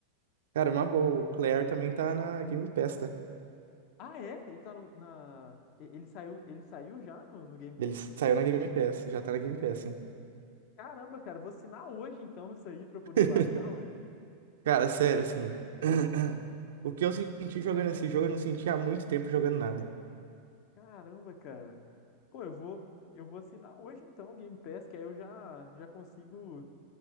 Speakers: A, on the right; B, on the left.
A: Cara, é uma boa. O Claire também tá na Game Pass, tá?
B: Ah, é? Ele tá no, na. e- Ele saiu, ele saiu já no, no Game
A: Ele
B: Pass?
A: saiu na Game Pass, já tá na Game Pass, hein?
B: Caramba, cara, vou assinar hoje então isso aí pra eu poder
A: <laughs>
B: baixar, ué.
A: Cara, sério, assim. <clears throat> O que eu senti jogando esse jogo, eu não senti há muito tempo jogando nada.
B: Caramba, cara. Pô, eu vou, eu vou assinar hoje então o Game Pass, que aí eu já, já consigo.